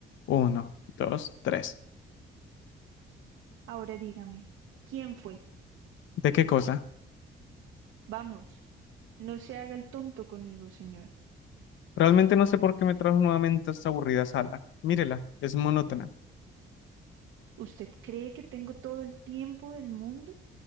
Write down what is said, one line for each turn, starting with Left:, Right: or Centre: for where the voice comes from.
Left: Uno, dos, tres.
Right: Ahora dígame, ¿quién fue?
Left: ¿De qué cosa?
Right: Vamos, no se haga el tonto conmigo, señor.
Left: Realmente no sé por qué me trajo nuevamente a esta aburrida sala. Mírela, es monótona.
Right: ¿Usted cree que tengo todo el tiempo del mundo?